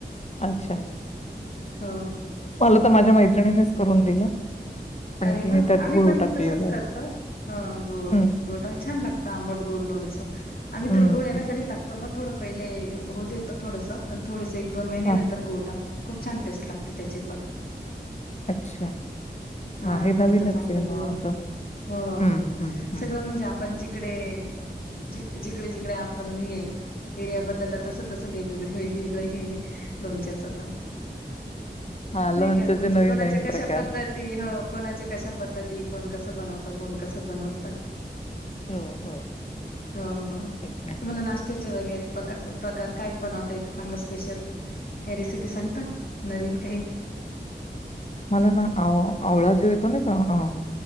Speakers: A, on the left; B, on the left.
A: अच्छा.
B: हा.
A: मला तर माझ्या मैत्रिणीनेच करून दिलं. पण
B: अरे
A: तिने
B: वा
A: त्यात
B: आम्ही
A: गुळ
B: पण
A: टाकलेलं
B: तसच
A: आहे
B: करतो. ह गोळ
A: हम्म
B: गोड छान लागतं आंबट-गोड लोणचं आम्ही
A: हम्म
B: तर गुळ ये
A: हम्म
B: ना कधी टाकतो बग थोडं पहिले हो देतो थोडसं आणि थोडेस एक दोन महिन्या
A: हा
B: नंतर गुळ टाकतो. खूप छान टेस्ट लागते त्याची पण.
A: अच्छा.
B: हा
A: हे
B: मूर्त
A: नवीनच
B: चांगलं
A: आहे मग
B: तेव्हा,
A: असं
B: हो
A: हम्म हम्म हम्म
B: सगळं म्हणजे आपण जे इकडे ज जिकडे जिकडे आपण हे एरिया बद्दलला, तसं तसं वेगवेगळे वेगवेगळे हे लोणच्याच पण,
A: हा
B: नाही
A: लोणच्याचे
B: का म्हणजे
A: नवीन
B: कोणाच्या
A: नवीन
B: कशा
A: प्रकार
B: पद्धत ते ह कोणाचे कशा पद्धती, कोण कसं बनवतं कोण कसं बनवतं.
A: हो हो
B: हो हो,
A: तेच ना.
B: तुम्हाला नाश वगैरे प्रकार काय बनवता येतं चांगलं स्पेशल? काही रेसिपी सांगता, नवीन काही.
A: मला ना, आव आवळा जेव येतो ना का अं